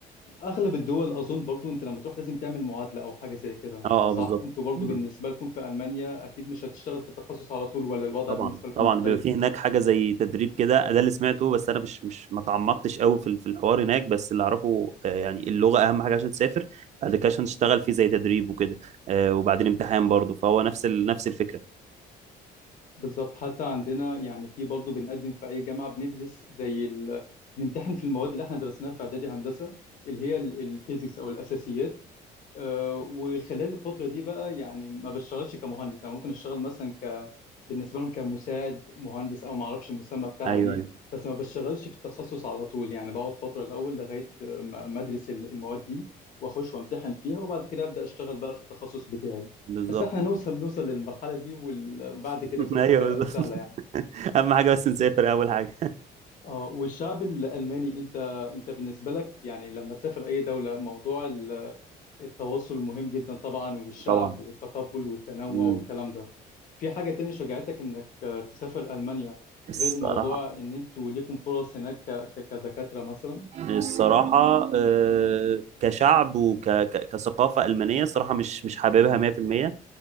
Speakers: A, on the left (about 50°); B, on the right (about 45°).
A: اغلب الدول اظن برضو انت لما تروح لازم تعمل معادلة او حاجة زي كده
B: اه
A: صح
B: اه بالظبط
A: انتوا برضو
B: مم.
A: بالنسبة لكم في المانيا اكيد مش هتشتغل في التخصص على طول ولا الوضع
B: طبعا
A: بالنسبة لكم
B: طبعا
A: مختلف
B: بيبقى فيه هناك حاجة زي تدريب كده ده اللي سمعته بس أنا مش مش ما تعمقتش قوي في في الحوار هناك بس اللي أعرفه آه، يعني اللغة أهم حاجة عشان تسافر بعد كده عشان تشتغل فيه زي تدريب وكده آه، وبعدين امتحان برضه فهو نفس ال... نفس الفكرة
A: بالظبط حتى عندنا يعني في برضه بنقدم في أي جامعة بندرس زي ال... بنمتحن في المواد اللي احنا درسناها في إعدادي هندسة اللي هي البيزكس أو الأساسيات آه، وخلال الفترة دي بقى يعني ما بشتغلش كمهندس أنا ممكن أشتغل مثلا بالنسبه لهم كمساعد مهندس او ما اعرفش المسمى بتاعها
B: ايوه
A: ايه
B: ايوه
A: بس ما بشتغلش في التخصص على طول يعني بقعد فتره الاول لغايه ما ما ادرس ال- المواد دي واخش وامتحن فيها وبعد كده ابدا اشتغل بقى في التخصص بتاعي
B: بالظبط
A: بس احنا نوصل نوصل للمرحله دي وال- وبعد
B: <laughs>
A: كده كل
B: ايوه
A: حاجه
B: بالظبط
A: سهله يعني
B: <laughs> اهم حاجه بس نسافر اول حاجه
A: اه والشعب الالماني انت انت بالنسبه لك يعني لما تسافر اي دوله موضوع التواصل مهم جدا طبعا والشعب
B: طبعا
A: والتقبل والتنوع
B: مم.
A: والكلام ده في حاجة تاني شجعتك انك آه، تسافر ألمانيا
B: الصراحه
A: غير موضوع ان انتوا ليكم فرص هناك ك- ك- كدكاترة مثلا
B: الصراحه آه، كشعب وكثقافه المانيه الصراحه مش مش حاببها 100%